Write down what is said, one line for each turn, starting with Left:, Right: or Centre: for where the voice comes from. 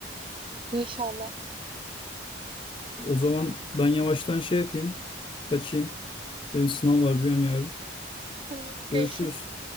Right: İnşallah.
Left: O zaman ben yavaştan şey yapayım. Kaçayım. Benim sınav var bir an yarın.
Right: Ay, Görüşürüz.
Left: Görüşürüz.